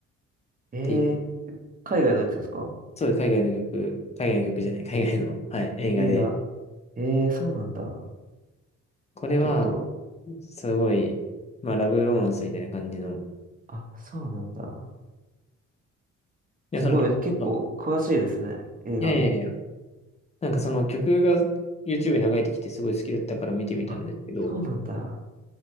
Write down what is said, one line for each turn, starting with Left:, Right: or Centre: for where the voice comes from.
Right: ええー。
Left: ていう
Right: 海外のやつですか
Left: そう、海外の曲、海外の曲じゃない、海外の、はい、映画で、
Right: 映画。ええー、そうなんだ。
Left: これは、
Right: ちょっと、
Left: すごい、まあ、ラブロマンスみたいな感じの、い
Right: あ、そうなんだ。
Left: や、
Right: すごい、
Left: その曲、
Right: 結構詳しいですね。
Left: そう
Right: 映画も。
Left: いやいやいや、なんかその曲が YouTube に流れてきてすごい好きだったから見てみたんですけど、
Right: あ、そうなんだ。